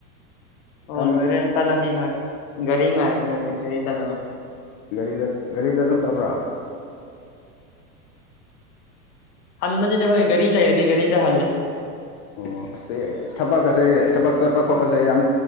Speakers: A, on the left; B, on the left.
A: ꯃꯇꯝ
B: ꯑꯣ ꯂꯣꯏꯔꯦ ꯆꯠꯂꯅꯤ ꯍꯣꯏ ꯒꯥꯔꯤ ꯉꯥꯏꯕꯅꯦ ꯍꯧꯖꯤꯛ ꯒꯥꯔꯤ ꯆꯠꯅꯕ
A: ꯒꯥꯔꯤꯗ ꯒꯥꯔꯤꯗ ꯑꯗꯨꯝ ꯆꯠꯄ꯭ꯔꯥ
B: ꯍ ꯃꯗꯤꯗ ꯍꯧꯣꯏ ꯔꯤ ꯂꯩꯔꯗꯤ ꯔꯤꯗ ꯍꯂ
A: ꯑꯣ ꯑꯁꯤ ꯊꯕꯛ ꯑꯁꯦ ꯊꯕꯛ ꯆꯠꯄ ꯈꯣꯠꯄꯁꯦ ꯌꯥꯝ